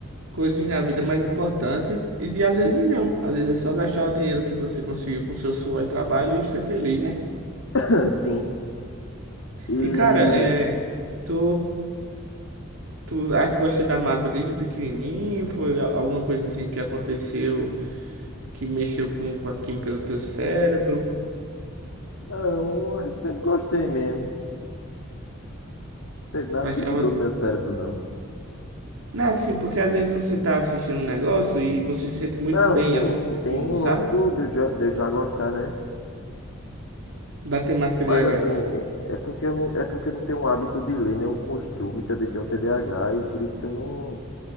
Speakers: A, on the right; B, on the left.
A: coisas na vida mais importantes e de- às vezes não. Às vezes é só gastar o dinheiro que você conseguiu com seu suor e trabalho e ser feliz, né?
B: <coughs> <clears throat> Sim. E.
A: E, cara, é. Tu Tu, ah, tu gosta da Marvel desde pequenininho? Foi a- alguma coisa assim que aconteceu que mexeu com, com a química do teu cérebro?
B: Não, eu sempre gostei mesmo. Não teve nada
A: Tu achava...
B: que mudou no meu cérebro, não.
A: Não, assim, porque às vezes você tá assistindo um negócio e você se sente muito
B: Não,
A: bem
B: sim,
A: assistindo aquilo,
B: tem o
A: sabe?
B: lance do, de eu já de eu já gostar, né?
A: Da temática de
B: Mas
A: heróis.
B: assim, é é porque eu não, é porque eu não tenho um hábito de ler, nenhum costume, também tenho TDAH, e por isso que eu não,